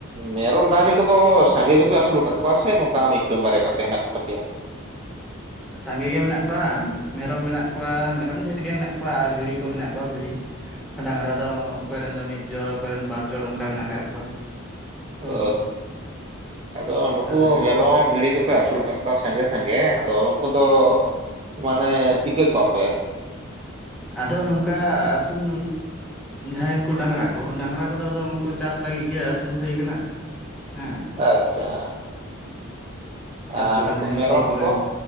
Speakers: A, on the right; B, in the centre.
A: ᱢᱮᱨᱚᱢ ᱰᱟᱹᱝᱨᱤ ᱠᱚᱫᱚ ᱥᱟᱸᱜᱮ ᱜᱮᱯᱮ ᱟᱹᱥᱩᱞ ᱟᱠᱟᱫ ᱠᱚᱣᱟ ᱥᱮ ᱱᱚᱝᱠᱟ ᱢᱤᱫᱴᱟᱝ ᱵᱟᱨᱭᱟ ᱠᱟᱛᱮ ᱦᱮᱱᱟᱜ ᱠᱚ ᱛᱟᱯᱮᱭᱟ᱾
B: ᱥᱟᱸᱜᱮ ᱜᱮ ᱢᱮᱱᱟᱜ ᱠᱚᱣᱟ, ᱢᱮᱨᱚᱢ ᱠᱚᱣᱟ, ᱢᱮᱨᱚᱢ ᱰᱷᱮᱨ ᱜᱮ ᱢᱮᱱᱟᱜ ᱠᱚᱣᱟ ᱟᱨ ᱵᱷᱤᱲᱤ ᱠᱚ ᱢᱮᱱᱟᱜ ᱠᱚᱣᱟ ᱵᱷᱤᱲᱤ᱾ ᱰᱟᱝᱨᱟ ᱫᱚ ᱚᱠᱚᱭ ᱨᱮᱱ ᱫᱚ ᱢᱤᱫ ᱡᱚᱲ, ᱚᱠᱚᱭ ᱨᱮᱱ ᱵᱟᱨ ᱡᱚᱲ ᱚᱱᱠᱟ ᱢᱮᱱᱟᱜ ᱟᱠᱟᱜ ᱠᱚᱣᱟ᱾ ᱦᱩᱸ
A: ᱚ ᱟᱫᱚ ᱱᱩᱠᱩ
B: ᱟᱨ
A: ᱢᱮᱨᱚᱢ ᱵᱷᱤᱲᱤ ᱠᱚ᱾ ᱯᱮ ᱟᱹᱥᱩᱞ ᱠᱟᱫ ᱠᱚᱣᱟ ᱥᱟᱸᱜᱮ ᱥᱟᱸᱜᱮ ᱟᱫᱚ ᱩᱱᱠᱩ ᱫᱚ ᱢᱟᱱᱮ ᱪᱤᱠᱟᱹ ᱠᱚᱣᱟᱯᱮ᱾
B: ᱟᱫᱚ ᱱᱚᱝᱠᱟ ᱟᱹᱥᱩᱞ ᱡᱟᱦᱟᱸᱭ ᱩᱱᱠᱩ ᱰᱟᱝᱨᱟ ᱠᱚ᱾ ᱰᱟᱝᱨᱟ ᱠᱚᱫᱚ ᱟᱫᱚ ᱠᱚ ᱪᱟᱥ ᱞᱟᱹᱜᱤᱫ ᱜᱮ ᱟᱹᱥᱩᱞ ᱦᱩᱭ ᱟᱠᱟᱱᱟ ᱦᱮᱸ᱾
A: ᱟᱪᱪᱷᱟ᱾
B: ᱠᱷᱮᱛ
A: ᱟᱨ
B: ᱠᱚᱨᱮ
A: ᱱᱩᱠᱩ
B: ᱱᱟᱦᱮᱞ
A: ᱢᱮᱨᱚᱢ
B: ᱥᱤ ᱠᱚᱨᱮ
A: ᱠᱚ,